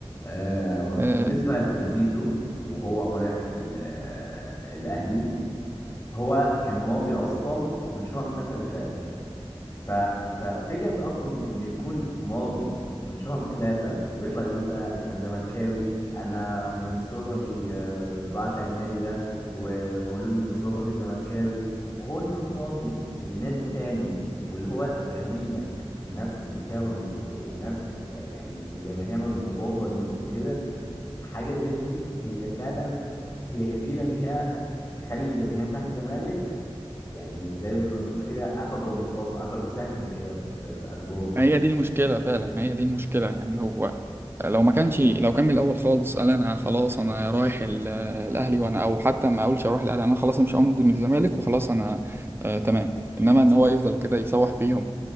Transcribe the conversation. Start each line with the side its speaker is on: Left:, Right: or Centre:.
Left: آه،
Right: آه،
Left: بالنسبة لزيزو وهو رايح ال- آه، الأهلي هو كان ماضي أصلا من شهر ثلاثة اللي فات ف- ففكرة أصلا إنه يكون ماضي من شهر ثلاثة ويطلع يقول بقى أنا زملكاوي أنا من صغري آه، بعشق النادي ده ومولود من صغري زملكاوي وهو يكون ماضي لنادي تاني واللي هو غريمك في نفس الدوري ونفس آه، يعني الجماهير المضادة ليك وكده حاجة زي دي هي فعلا هي كفيلة إن هي تخلي الجماهير بتاعت الزمالك يعني زي ما بتقول كده أخدوا رصاص أخدوا سهم كده في في قلبهم
Right: ما هي دي المشكلة فعلا ما هي دي المشكلة يعني هو لو ما كانش لو كان من الأول خالص قال أنا خلاص أنا رايح ال- الأهلي وأنا أو حتى ما أقولش أروح الأهلي أنا خلاص مش همضي من الزمالك وخلاص أنا آه تمام إنما إن هو يفضل كده يسوح فيهم